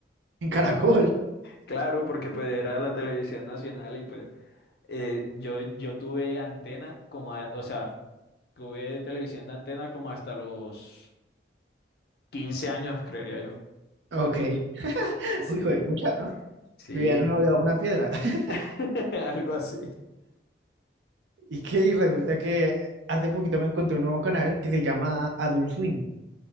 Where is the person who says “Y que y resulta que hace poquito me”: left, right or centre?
Right